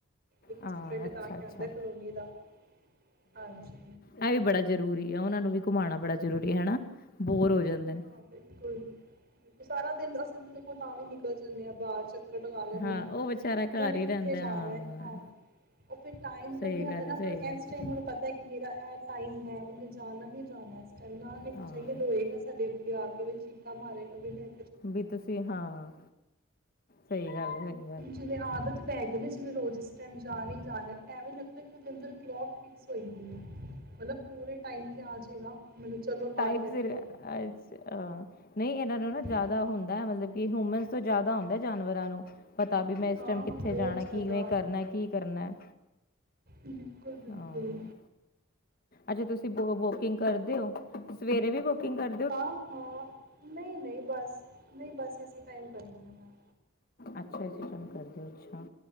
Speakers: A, on the right (about 45°); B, on the left (about 45°).
A: ਇੱਕ
B: ਹਾਂ
A: ਚੱਕਰ ਲਗਾ
B: ਅੱਛਾ
A: ਕੇ
B: ਅੱਛਾ
A: ਆਂਦਾ ਏ ਕਲੋਨੀ ਦਾ, ਹਾਂਜੀ।
B: ਐ ਵੀ ਬੜਾ ਜ਼ਰੂਰੀ ਆ ਉਨਾਂ ਨੂੰ ਵੀ ਘੁੰਮਾਉਣਾ ਬੜਾ ਜ਼ਰੂਰੀ ਹਨਾ, ਬੋਰ ਹੋ ਜਾਂਦੇ ਨੇ।
A: ਹਾਂ ਬਿ ਬਿਲਕੁੱਲ ਸਾਰਾ ਦਿਨ ਅਸੀਂ ਕੋਲ ਤਾਂ ਵੀ ਨਿਕਲ ਜਾਂਨੇ ਆ ਬਾਰ 'ਚ ਕੇ ਮੰਗਾ ਲੈਂਨੇ
B: ਹਾਂ,
A: ਆ,
B: ਉਹ ਵਿਚਾਰਾ
A: ਉਨਾਂ
B: ਘਰ
A: ਨੇ
B: ਹੀ
A: ਕਿੱਥੇ
B: ਰਹਿੰਦਾ,
A: ਜਾਣਾ
B: ਹਾਂ।
A: ਏ ਖਾਣ। ਓ ਫਿਰ ਟਾਈਮ ਬੰਨਿਆਂ
B: ਸਹੀ ਗੱਲ
A: ਤਾਂ ਨਾ
B: ਐ, ਸਹੀ
A: ਫੇਰ ਓ
B: ਗੱਲ।
A: ਐਸ
B: ਹੈ।
A: ਟਾਇਮ ਉਨੂੰ ਪ ਤਾ ਕਿ ਮੇਰਾ ਐ ਟਾਈਮ ਹੈ ਉਨੇ ਜਾਣਾ ਹੀ ਜਾਣਾ ਇਸ ਟਾਈਮ ਨਾ ਲੈਂ
B: ਹਾਂ,
A: ਕੇ ਜਾਈਏ ਰੋਏਗਾ ਡਿੱਗਿਆ ਕਿਵੇਂ ਚੀਕਾਂ ਮਾਰੇਗਾ ਵੀ ਮੈਂ
B: ਵੀ ਤੁਸੀਂ ਹਾਂ, ਸਈ ਗੱਲ ਏ ਮੈਨੂੰ।
A: ਹੁਣ ਜਿਵੇਂ ਆਦਤ ਪੈ ਗਈ ਨਾ ਜਿਵੇਂ ਰੋਜ਼ ਇਸ ਟਾਈਮ ਜਾਣ ਈ ਜਾਣਾ ਐਵੇ ਲੱਗਦਾ ਕੀ ਉਦੇ ਅੰਦਰ ਕਲੋਕ ਫਿਕਸ ਹੋਈ ਦੀ ਏ ਮਤਲਬ ਪੂਰੇ ਟਾਈਮ 'ਤੇ ਆਜੇਗਾ ਮੈਨੂੰ ਚਲੋ
B: ਟਾਈਪ
A: ਬਾਹਰ ਲੈ
B: ਸਿਰ
A: ਕੇ ਆ।
B: ਅੱਛਾ ਨਈ ਏਨਾਂ ਨੂੰ ਨਾ ਜਿਆਦਾ
A: ਹਾਂ
B: ਹੁੰਦਾ ਮਤਲਬ ਕਿ ਹਿਊਮਨਸ ਤੋਂ ਜਿਆਦਾ ਹੁੰਦਾ ਜਾਨਵਰਾਂ ਨੂੰ ਪਤਾ ਵੀ ਮੈਂ ਇਸ
A: ਹਾਂ
B: ਟਾਈਮ ਕਿੱਥੇ
A: ਬਹੁਤ
B: ਜਾਣਾ,
A: ਜ਼ਿਆਦਾ
B: ਕਿਵੇਂ ਕਰਨਾ, ਕੀ ਕਰਨਾ।
A: ਬਿਲਕੁੱਲ-ਬਿਲਕੁੱਲ।
B: ਹਾਂ, ਅੱਛਾ ਤੁਸੀਂ ਬੋ ਬੋਕਿੰਗ ਕਰਦੇ ਓ, ਸਵੇਰੇ ਵੀ ਬੋਕਿੰਗ ਕਰ
A: ਆ ਹੋ, ਨਈ-ਨਈ ਬਸ ਨਈ ਬਸ ਇਸੀ ਟਾਈਮ 'ਤੇ ਹੁੰਨੀ ਆ। ਮੈਂ
B: ਅੱਛਾ-ਅੱਛਾ ਛਾ ਕਰਦੇ ਓ ਅੱਛਾ